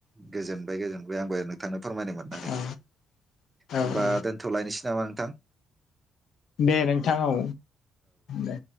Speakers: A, on the right (about 20°); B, on the left (about 70°).
A: गोजोनबाय गोजोनबाय आंबो। नोंथांनो फोरमायनो मोननानै
B: औ
A: होमबा
B: औ
A: दोनथ'लायनोसै नामा नों थां।
B: दे नोंथां औ दे।